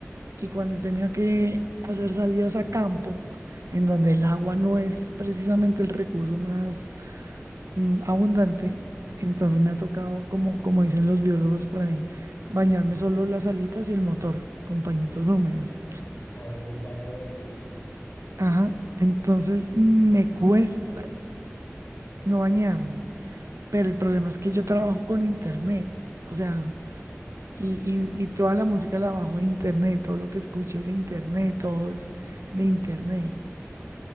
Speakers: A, on the right; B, on the left.
A: Y cuando he tenido que hacer salidas a campo, en donde el agua no es precisamente el recurso más mm, abundante, entonces me ha tocado, como, como dicen los biólogos por ahí, bañarme solo las alitas y el motor con pañitos húmedos.
B: Haces el baño de avioncito.
A: Ajá, entonces me cuesta no bañarme, pero el problema es que yo trabajo con internet, o sea, y, y, y toda la música la bajo de internet, todo lo que escucho es de internet, todo es de internet.